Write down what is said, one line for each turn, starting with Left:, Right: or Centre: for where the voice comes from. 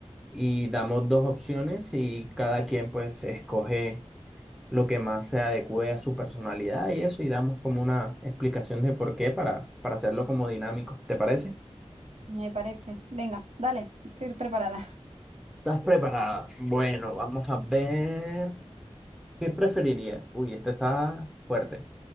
Centre: y damos dos opciones y cada quien pues escoge lo que más se adecue a su personalidad y eso y damos como una explicación de por qué para, para hacerlo como dinámico. ¿Te parece?
Right: Me parece. Venga, dale, estoy preparada.
Centre: ¿Estás preparada? Bueno, vamos a ver. ¿Qué preferiría? Uy, este está fuerte.